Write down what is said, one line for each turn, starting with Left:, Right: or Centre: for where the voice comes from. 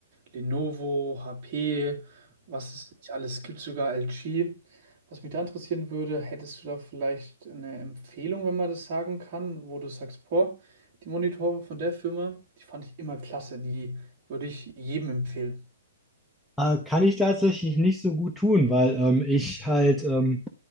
Right: Lenovo, HP, was es nicht alles gibt, sogar LG. Was mich da interessieren würde, hättest du da vielleicht eine Empfehlung, wenn man das sagen kann, wo du sagst, boah, die Monitore von der Firma, die fand ich immer klasse, die würde ich jedem empfehlen.
Centre: Äh, kann ich tatsächlich nicht so gut tun, weil ähm, ich halt, ähm,